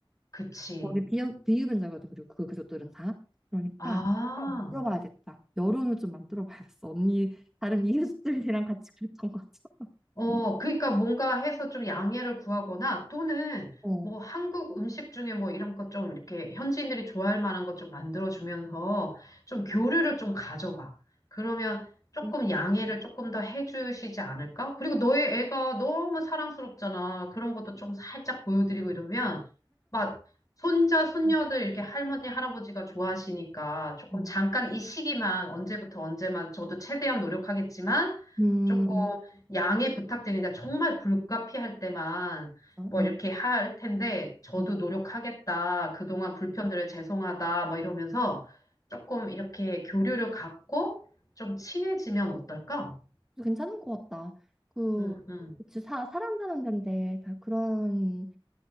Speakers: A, on the left; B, in the centre.
A: 그치.
B: 거기 비유, 비유변자거든 그리고 그 가족들은 다 그러니까
A: 아.
B: 어, 물어봐야겠다 여론을 좀 만들어 봐야겠어 언니 다른 이웃들이랑 같이 그랬던 것 같아
A: 어, 그러니까 뭔가 해서 좀 양해를 구하거나 또는
B: 어.
A: 뭐 한국 음식 중에 뭐 이런 것 좀 이렇게 현지인들이 좋아할 만한 것 좀 만들어주면서 좀 교류를 좀 가져봐. 그러면 조금
B: 음,
A: 양해를 조금 더 해주시지 않을까? 그리고 너의 애가 너무 사랑스럽잖아. 그런 것도 좀 살짝 보여드리고 이러면 막 손자, 손녀들
B: 음,
A: 이렇게 할머니, 할아버지가 좋아하시니까 조금
B: 음,
A: 잠깐 이 시기만 언제부터 언제만 저도 최대한 노력하겠지만
B: 그래
A: 조금 양해 부탁드립니다. 정말 불가피할 때만
B: 음,
A: 뭐 이렇게 할 텐데 저도
B: 음.
A: 노력하겠다. 그동안 불편드려 죄송하다. 뭐 이러면서 조금 이렇게 교류를 갖고 좀 친해지면 어떨까?
B: 괜찮은 것 같다. 그,
A: 응, 응,
B: 그치, 사, 사람 사는 데인데 다 그런,